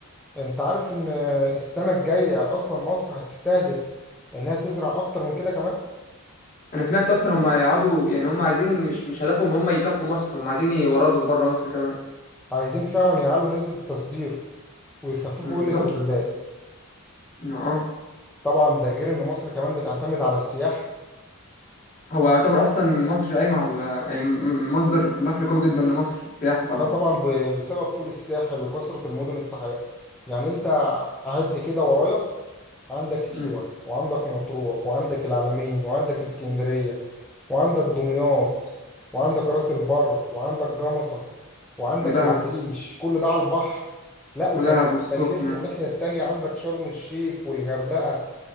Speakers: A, in the centre; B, on the left (about 40°).
A: أنت عارف إن السنة الجاية أصلا مصر هتستهدف إنها تزرع أكتر من كده كمان
B: انا سمعت اصلا هم هيقعدوا يعني هم عايزين مش مش هدفهم هم يكفوا مصر هم عايزين يوردوا بره مصر كمان
A: عايزين فعلا يعلوا نسبة التصدير ويخففوا
B: بالظبط
A: قلة الواردات
B: ما اه
A: طبعا ده غير ان مصر كمان بتعتمد على السياح
B: هو يعتبر اصلا مصر قايمه على يعني م- مصدر دخل قوي جدا لمصر السياحه طبعا
A: ده طبعا ب- بسبب طول الساحل وكثرة المدن الساحلية يعني انت عد كده ورايا عندك سيوة
B: مم.
A: وعندك مطروح وعندك العلمين وعندك اسكندرية وعندك دمياط وعندك راس البر وعندك جمصة وعندك
B: ودهب
A: العريش كل ده على البحر لا وكمان
B: ودهب والسخنه
A: بتلف الناحية التانية عندك شرم الشيخ والغردقة